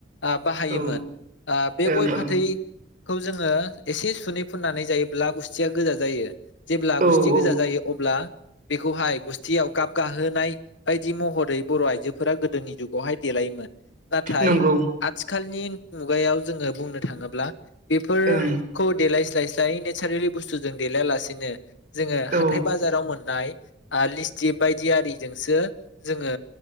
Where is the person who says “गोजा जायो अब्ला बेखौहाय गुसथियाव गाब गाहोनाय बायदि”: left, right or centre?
Left